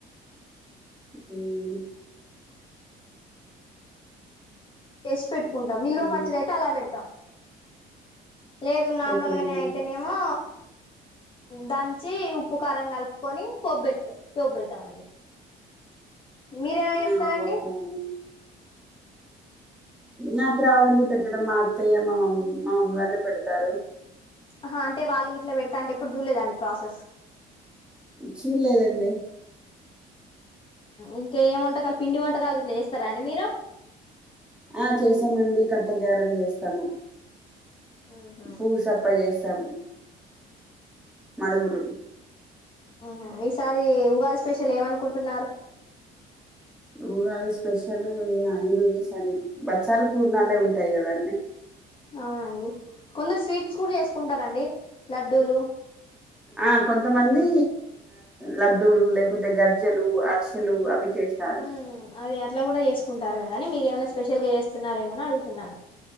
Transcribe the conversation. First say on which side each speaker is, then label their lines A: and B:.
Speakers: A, in the centre; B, on the left.
A: ఉహ్
B: టెష్ పెట్టుకుంటాం. నిల్వ
A: ఆ
B: పచ్చడి అయితే అలా పెడతాం. లేదు నార్మల్
A: ఓకే అండి
B: గానే అయితేనేమో దంచి ఉప్పు కారం కలుపుకొని పో్ పెట్ పో పెట్ పెడతామండి మీరు ఎలా చేస్తారండి
A: ఆ ఓకే అండి నాకు రావండి పెట్టడం మా అత్తయ్య మా మమ్మీ మా మమ్మీ వాళ్ళే పెడతారు
B: అహ అంటే వాళ్ళు విట్ల పెడతా అంటే ఎప్పుడు చూడలేదా అండి ప్రాసెస్
A: చూడలేదు అండి
B: ఇంకా ఏంవంట కల్పి పిండి వంటకాలు గిట్ల చేస్తారండి మీరు
A: ఆ చేసామండి కత్త గారలు చేస్తాము
B: ఉహు
A: పూసప్ప చెస్ తం మడుగులు
B: ఆహ ఈసారి ఉగాది స్పెషల్ ఏమనుకుంటున్నారు
A: ఉగాది స్పెషల్ అఐరు <unintelligible> ఈ సర బచ్చాలు పూర్ణాలే ఉంటాయి కదండీ
B: అవునండి కొందరు స్వీట్స్ కూడా చేసుకుంటారండి ల డ్డులు
A: ఆ కొంతమంది లడ్డూలు లేకపోతే గర్జెలు అరిసెలు అవి చేస్తారు
B: హ్మ్ అది అట్లా కూడా చేసుకో ఉంటారు కా కానీ మీరుేమై స్పెషల్ గా చేస్తున్నారు ఏమో అని అడుగుంటతున్నాను